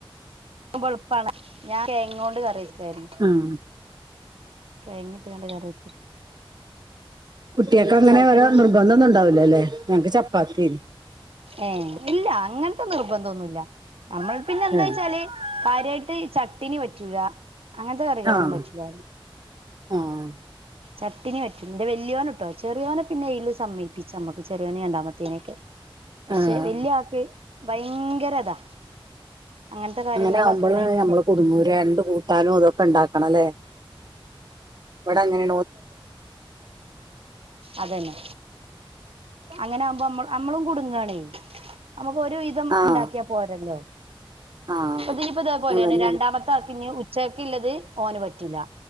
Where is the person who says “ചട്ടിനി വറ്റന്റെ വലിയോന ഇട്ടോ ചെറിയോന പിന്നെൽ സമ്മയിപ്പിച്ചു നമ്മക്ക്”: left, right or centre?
Right